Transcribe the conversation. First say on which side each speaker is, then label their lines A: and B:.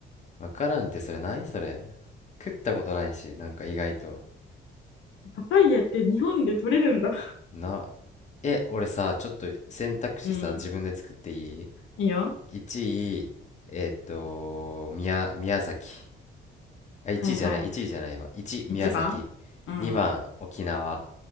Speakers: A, on the left; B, on the left.
A: わからんってそれ何それ。食ったことないし、なんか意外と。
B: パパイヤって日本で取れるんだ。
A: な、え、俺さ、ちょっと選択肢さ、
B: うん。
A: 自分で作っていい
B: いいよ。
A: 1位、えっと、宮、宮崎。あ、1位じゃない、
B: はいはい。
A: 1位じゃないわ。1、宮崎。
B: 一番うん。
A: 2番、沖縄。